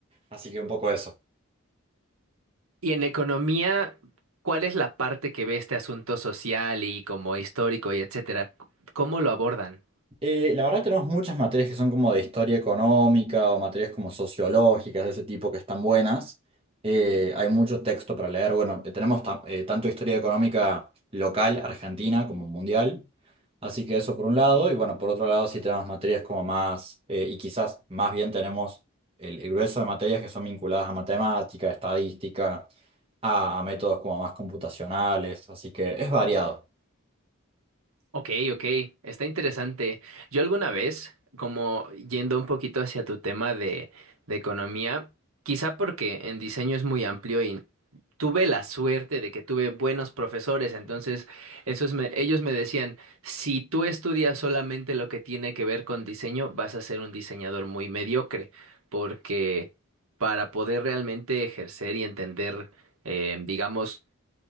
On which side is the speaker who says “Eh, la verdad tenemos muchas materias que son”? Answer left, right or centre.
Right